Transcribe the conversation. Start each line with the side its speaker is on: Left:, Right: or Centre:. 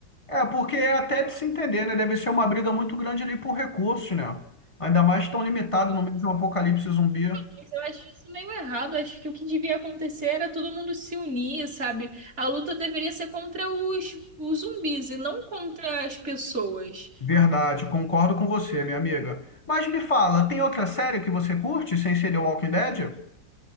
Left: É, porque é até de se entender, né? Deve ser uma briga muito grande ali por recursos, né? Ainda mais tão limitado no meio de um apocalipse zumbi.
Right: Mas eu acho isso meio errado. Acho que o que devia acontecer era todo mundo se unir, sabe? A luta deveria ser contra os, os zumbis e não contra as pessoas.
Left: Verdade, concordo com você, minha amiga. Mas me fala, tem outra série que você curte sem ser The Walking Dead?